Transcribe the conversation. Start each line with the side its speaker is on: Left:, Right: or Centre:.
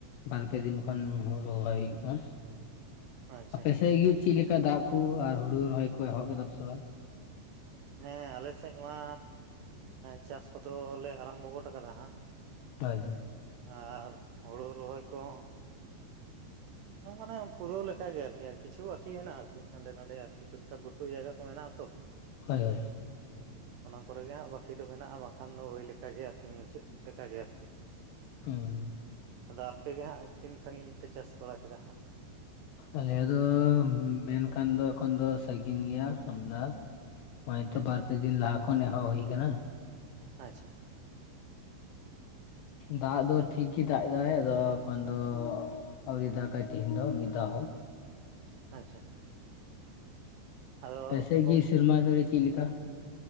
Left: ᱵᱟᱨᱯᱮ ᱫᱤᱱ ᱠᱷᱚᱱ ᱦᱩᱲᱩ ᱨᱚᱦᱚᱭ ᱦᱩᱭᱩᱜ ᱠᱟᱱᱟ
Right: ᱟᱪᱪᱷᱟ
Left: ᱟᱯᱮᱥᱮᱫ ᱜᱤ, ᱪᱮᱫ ᱞᱮᱠᱟ ᱫᱟᱜ ᱠᱩ ᱟᱨ ᱦᱩᱲᱩ ᱨᱚᱦᱚᱭ ᱠᱚ ᱮᱦᱚᱵ ᱠᱮᱫᱟᱯᱮ ᱥᱮ ᱵᱟᱝ
Right: ᱦᱮᱸ ᱟᱞᱮ ᱥᱮᱫ ᱢᱟ ᱪᱟᱥ ᱠᱚᱫᱚᱞᱮ ᱟᱨᱟᱢᱵ ᱜᱚᱫ ᱠᱟᱫᱟ ᱦᱟᱸᱜ
Left: ᱛᱟᱭᱻ
Right: ᱟᱨ ᱦᱳᱲᱩ ᱨᱚᱦᱚᱭ ᱠᱚᱦᱚᱸ ᱢᱟᱱᱮ ᱯᱩᱨᱟᱹᱣ ᱞᱮᱠᱟ ᱜᱮ ᱟᱨᱠᱤ ᱟᱨ ᱠᱤᱪᱷᱩ ᱟᱨᱠᱤ ᱢᱮᱱᱟᱜᱼᱟ ᱟᱨᱠᱤ ᱦᱟᱸᱰᱮ ᱱᱟᱰᱮ ᱟᱨᱠᱤ ᱴᱩᱠᱼ ᱴᱟᱠ ᱜᱩᱴᱩ ᱡᱟᱭᱜᱟ ᱠᱚ ᱢᱮᱱᱟᱜᱼᱟ ᱛᱚ᱾
Left: ᱦᱳᱭ ᱦᱳᱭ
Right: ᱚᱱᱟ ᱠᱚᱨᱮᱜ ᱜᱮ ᱦᱟᱸᱜ ᱵᱟᱹᱠᱤ ᱫᱚ ᱢᱮᱱᱟᱜᱼᱟ, ᱵᱟᱠᱷᱟᱱ ᱫᱚ ᱦᱩᱭ ᱞᱮᱠᱟ ᱜᱮ ᱟᱨᱠᱤ ᱢᱩᱪᱟᱹᱫ ᱞᱮᱠᱟᱜᱮ ᱟᱨᱠᱤ
Left: ᱦᱮᱸ
Right: ᱟᱫᱚ ᱟᱯᱮ ᱜᱮ ᱦᱟᱸᱜ ᱛᱤᱱ ᱥᱟᱺᱜᱤᱧ ᱯᱮ ᱪᱟᱥ ᱵᱟᱲᱟ ᱠᱮᱫᱟ ᱦᱟᱸᱜ?
Left: ᱟᱞᱮ ᱫᱚ ᱢᱮᱱᱠᱷᱟᱱ ᱫᱚ ᱮᱠᱷᱚᱱ ᱫᱚ ᱥᱟᱺᱟᱹᱜᱤᱧ ᱜᱮᱭᱟ, ᱟᱢᱫᱟ᱾ ᱱᱚᱜᱼᱚᱭ ᱛᱚ
Right: ᱟᱪᱪᱷᱟ
Left: ᱵᱟᱨ ᱯᱮ ᱫᱤᱱ ᱞᱟᱦᱟ ᱠᱷᱚᱱ ᱮᱦᱚᱵ ᱦᱩᱭ ᱟᱠᱟᱱᱟ᱾
Right: ᱟᱪᱪᱷᱟ᱾
Left: ᱫᱟᱜ ᱫᱚ ᱴᱷᱤᱠ ᱜᱮᱭ ᱫᱟᱜ ᱮᱟᱭ ᱟᱫᱚ ᱮᱠᱷᱚᱱ ᱫᱚ ᱟᱭᱨᱤ ᱫᱟᱠᱟᱭ ᱛᱤᱦᱤᱱ ᱫᱚ ᱢᱤᱫ ᱫᱟᱲᱮ ᱦᱚᱸ᱾
Right: ᱟᱪᱪᱷᱟ ᱟᱫᱚ
Left: ᱯᱟᱥᱮ
Right: ᱜᱚᱢᱠᱮ
Left: ᱜᱮ ᱥᱮᱨᱢᱟ ᱡᱟᱦᱤ ᱪᱮᱫ ᱞᱮᱠᱟ᱾